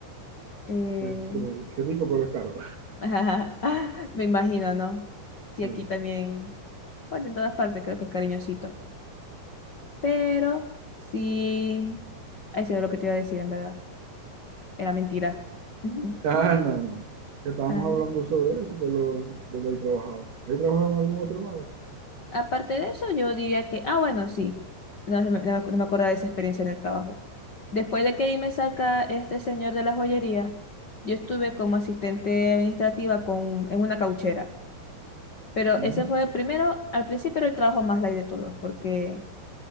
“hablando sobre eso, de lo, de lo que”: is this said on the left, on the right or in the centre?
Right